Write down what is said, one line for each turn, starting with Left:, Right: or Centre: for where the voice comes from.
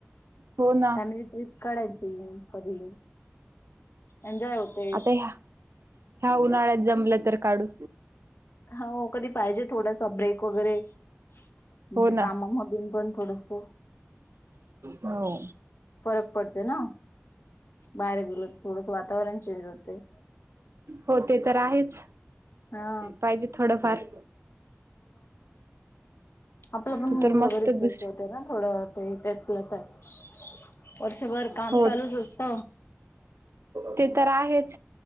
Right: हो ना
Left: फॅमिली ट्रिप काढायची कधी. एन्जॉय होते.
Right: आता ह्या ह्या उन्हाळ्यात जमलं तर काढू.
Left: हो कधी पाहिजे थोडासा ब्रेक वगैरे म्हणजे
Right: हो ना
Left: कामामधून पण थोडंसं
Right: हो.
Left: फरक पडते ना. बाहेर गेलो तर थोडस वातावरण चेंज होते.
Right: हो ते तर आहेच.
Left: हा
Right: पाहिजे थोडंफार.
Left: आपलं पण
Right: तू
Left: मूड
Right: तर
Left: वगैरे
Right: मस्त
Left: फ्रेश
Right: दुसरी
Left: होत ना थोडं ते त्यातल्या त्यात. वर्षभर काम
Right: हो
Left: चालूच असत.
Right: ते तर आहेच